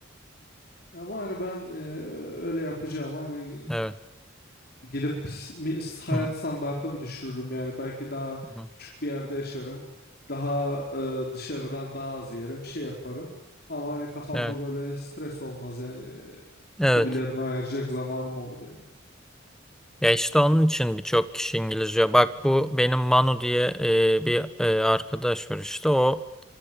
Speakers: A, on the left (about 50°); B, in the centre.
A: ama hani ben e, öyle yapacağım hani
B: Evet.
A: gidip mi- hayat
B: Hı
A: standartımı düşürürüm yani belki daha
B: hı.
A: küçük bir yerde yaşarım daha e, dışarıdan daha az yerim şey yaparım ama hani kafamda
B: Evet.
A: böyle stres olmaz yani E,
B: Evet.
A: hobilerime ayıracak zamanım olur yani.
B: Ya işte onun için birçok kişi İngilizce. Bak bu benim Manu diye e, bir e, arkadaş var işte o